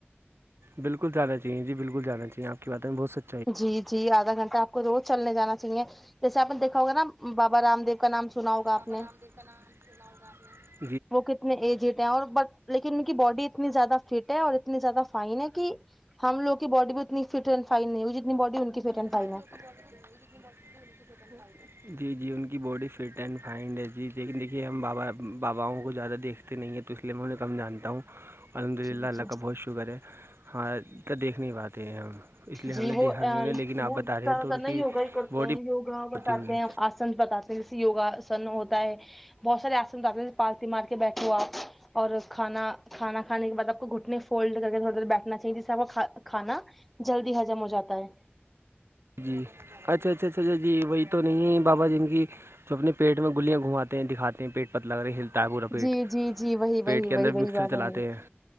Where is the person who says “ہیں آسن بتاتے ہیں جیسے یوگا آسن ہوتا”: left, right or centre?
Centre